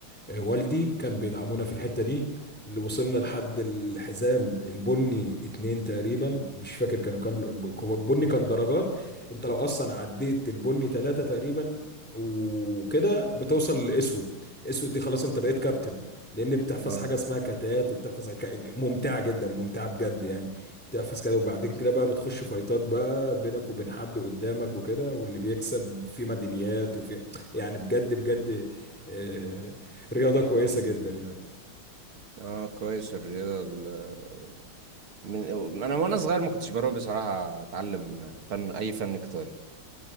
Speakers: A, in the centre; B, on the right.
A: آه، والدي كان بيدعمونا في الحتة دي اللي وصلنا لحد الحزام البني اتنين تقريبا مش فاكر كانوا كام هو البني كان درجات انت لو اصلا عديت البني تلاتة تقريبا وكده بتوصل لاسود اسود دي خلاص انت بقيت كابتن لان بتحفظ
B: اه
A: حاجه اسمها كتات وبتحفظ ك- ممتعه جدا ممتعه بجد يعني بتحفظ كده وبعدين كده بقى بتخش فايتات بقى بينك وبين حد قدامك وكده واللي بيكسب في ميداليات وفي يعني بجد بجد آه، رياضة كويسة جدا يعني
B: اه كويس الرياضة ال- من انا وانا صغير ما كنتش بروح بصراحة اتعلم فن اي فن قتالي